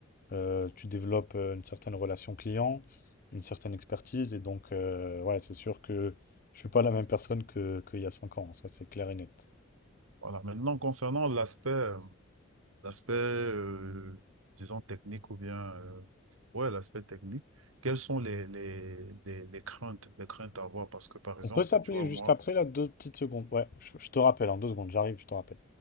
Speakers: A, on the left; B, on the right.
A: euh, tu développes euh, une certaine relation client, une certaine expertise. Et donc, euh, ouais, c'est sûr que je suis pas la même personne que, qu'il y a 5 ans. Ça, c'est clair et net.
B: Voilà, maintenant, concernant l'aspect euh, L'aspect, euh, disons, technique ou bien, euh, ouais, l'aspect technique. Quelles sont les, les, les, les craintes, les craintes à avoir? Parce que, par exemple,
A: On peut s'appeler
B: tu vois,
A: juste
B: moi,
A: après, là, deux petites secondes. Ouais, je, je te rappelle, en deux secondes, j'arrive, je te rappelle.